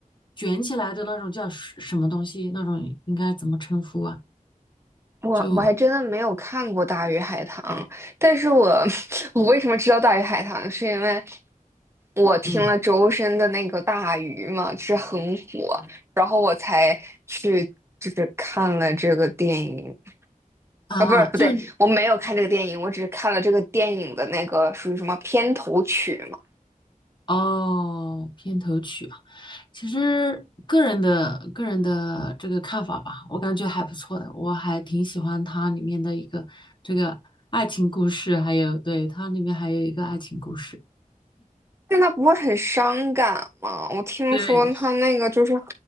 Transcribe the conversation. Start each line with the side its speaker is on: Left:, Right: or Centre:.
Left: 卷起来的那种叫什什么东西，那种应该怎么称呼啊？
Right: 我我还真的没有看过《大鱼海棠》，
Left: 就。
Right: 但是我 <laughs> 我为什么知道《大鱼海棠》，是因为我听了周深的那个《大鱼》嘛，
Left: 嗯
Right: 是很火，然后我才去就是看了这个电影
Left: 啊，
Right: 啊，不是不对，
Left: 就是你
Right: 我没有看这个电影，我只是看了这个电影的那个属于什么片头曲嘛。
Left: 哦，片头曲啊，其实个人的个人的这个看法吧，我感觉还不错的，我还挺喜欢它里面的一个这个爱情故事，还有对它里面还有一个爱情故事，
Right: 但他不会很伤感吗？我听说他那个就是
Left: 对，